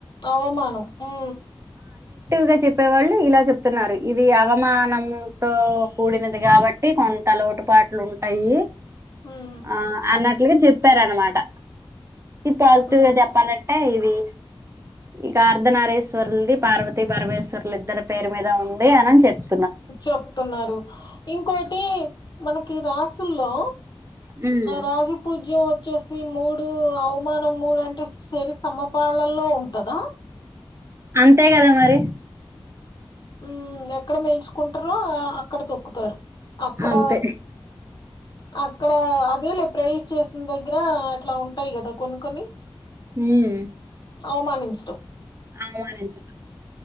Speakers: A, on the left; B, on the right.
A: అవమానం ఉ
B: గా చెప్పేవాళ్ళు ఇలా చెప్తున్నారు ఇది అవమానంతో కూడినది కాబట్టి కొంత అలవాటు పాటలు ఉంటాయి
A: ఉమ్
B: ఆ అన్నట్లుగా చెప్పార అనమాట ఇది పాజిటివ్గా
A: ఉమ్
B: చెప్పన ఇది ఇక ఆర్ధ నారేశ్వరులది పార్వత పరమేశ్వరులు ఇద్దరు పేరు మీద ఉంది అని అని చెప్త
A: చెప్తున్నారు ఇంకోటి మనకి రాసుల్లో
B: హ్మ్.
A: రాజీ పూజ విజ్యం వచ్చేసి మూడు అవమానం మూడు అంటే సరి సమ్మపాళలో ఉంటదా
B: అంతే కదా మరి
A: ఉ ఎక్కడ మేయించుకుంటారో అక్కడ తొక్కుతారు అక్కడ
B: అంతే.
A: అక్కడ అదేలే ప్ర చేసిన దగ్గర అట్లా ఉంటాయి కదా కొన్ని కొన్ని
B: ఉమ్
A: అవమానించటు
B: ఆమ నించిట